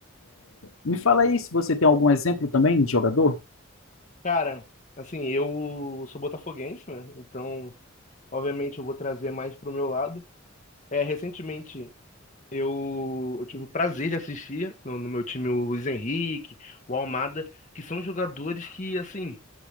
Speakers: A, on the left; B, on the left.
A: Me fala aí se você tem algum exemplo também de jogador.
B: Cara, assim, eu sou botafoguense, né? Então, obviamente, eu vou trazer mais pro meu lado. É, recentemente, eu, eu tive o prazer de assistir no, no meu time o Luiz Henrique, o Almada, que são jogadores que, assim.